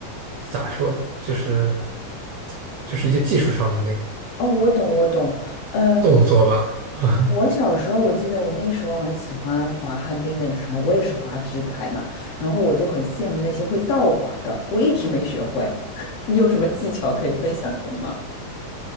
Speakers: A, on the right; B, on the left.
A: 咋说，就是就是一些技术上的那个
B: 哦，我懂，我懂。呃，
A: 动作吧。<laughs> 啊。
B: 我小时候我记得我那时候很喜欢滑旱冰的时候，我也是滑直排嘛，然后我就很羡慕那些会倒滑的，我一直没学会。<laughs> 你有什么技巧可以分享给我吗？